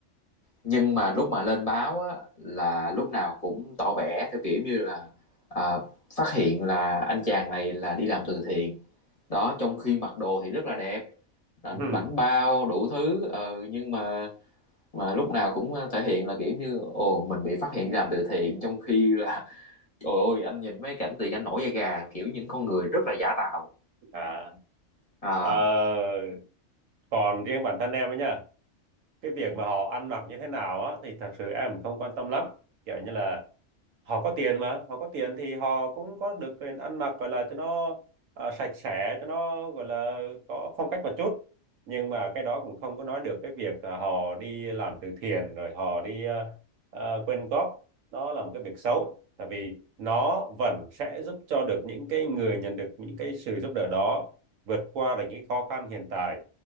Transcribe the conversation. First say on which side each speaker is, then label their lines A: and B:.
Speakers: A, on the left; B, on the right.
A: nhưng mà lúc mà lên báo á, là lúc nào cũng tỏ vẻ theo kiểu như là à, phát hiện là anh chàng này là đi làm từ thiện đó trong khi mặc đồ thì rất là đẹp à,
B: <laughs> ừ
A: bảnh bao đủ thứ ờ, nhưng mà mà lúc nào cũng ờ, thể hiện là kiểu như ồ mình bị phát hiện đi làm từ thiện trong khi là <laughs> trời ơi anh nhìn mấy cảnh thì anh nổi da gà kiểu những con người rất là giả tạo
B: à
A: à
B: ờ còn riêng bản thân em ấy nhá cái việc mà họ ăn mặc như thế nào á thì thật sự em không quan tâm lắm kiểu như là họ có tiền mà họ có tiền thì họ cũng có được quyền ăn mặc gọi là cho nó à, sạch sẽ cho nó gọi là có phong cách một chút nhưng mà cái đó cũng không có nói được cái việc à, họ đi làm từ thiện rồi họ đi à, à, quyên góp nó là một cái việc xấu tại vì nó vẫn sẽ giúp cho được những cái người nhận được những cái sự giúp đỡ đó vượt qua được những khó khăn hiện tại